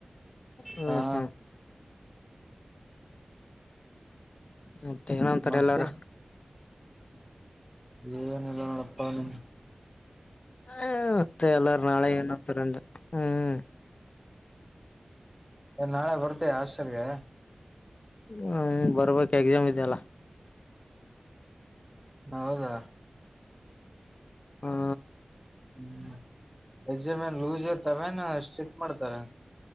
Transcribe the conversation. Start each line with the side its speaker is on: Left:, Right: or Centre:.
Left: ಹ್ಮ್
Centre: ಹಾ
Left: ಹ್ಮ್ ಮತ್ತೆ ಏನಂತಾರೆ
Centre: ಮತ್ತೆ
Left: ಎಲ್ಲಾರ
Centre: ಏನಿಲ್ಲ ನೋಡಪ್ಪಾ ನಿಮ
Left: ಹ ಮತ್ತೆ ಎಲ್ಲಾರ ನಾಳೆ ಏನತ್ತರಿಂದ ಹ್ಮ್
Centre: ನಾಳೆ ಬರ್ತೀಯ ಹಾಸ್ಟೆಲ್ಗೆ
Left: ಹ್ಮ್ ಬರಬರ ಕ ಎಕ್ಜಾಮ ಇದೆಲ್ಲ
Centre: ಹೌದಾ
Left: ಹಾ
Centre: ಹ್ಮ್ ಎಕ್ಸಮನ್ ಲೂಸ್ ಇರ್ತವನ್ ಸ್ಟ್ರಿಕ್ ಮಾಡ್ತಾರ